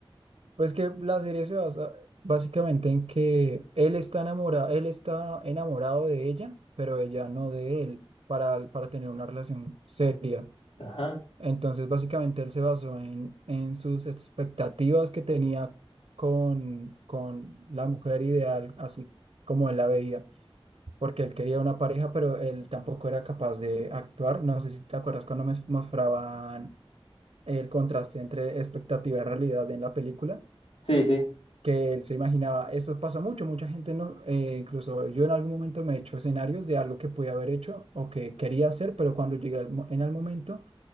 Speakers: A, on the right (about 75°); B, on the left (about 80°).
A: Pues que la serie se basa básicamente en que él está enamorado, él está enamorado de ella, pero ella no de él, para, para tener una relación seria.
B: Ajá,
A: Entonces, básicamente él se basó en, en sus expectativas que tenía con, con la mujer ideal, así como él la veía. porque él quería una pareja, pero él tampoco era capaz de actuar. No sé si te acuerdas cuando me mostraban el contraste entre expectativa y realidad en la película,
B: sí, sí,
A: que él se imaginaba, eso pasa mucho, mucha gente no, eh, incluso yo en algún momento me he hecho escenarios de algo que pude haber hecho o que quería hacer, pero cuando llegué al mo- en el momento,